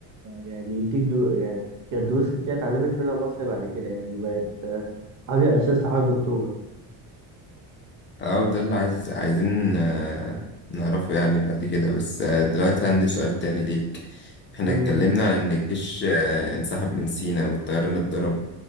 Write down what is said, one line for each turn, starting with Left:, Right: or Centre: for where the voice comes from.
Right: يعني يديك دو يعني كانت دروس كتير اتعلمت منها مصر بعد كده يعني وبقت حاجة أساس لحرب أكتوبر
Left: أو ده اللي عايز عايزين آه نعرفه يعني بعد كده بس آه دلوقتي عندي سؤال تاني ليك إحنا
Right: مم.
Left: اتكلمنا عن إن الجيش آه انسحب من سينا والطيران اتضرب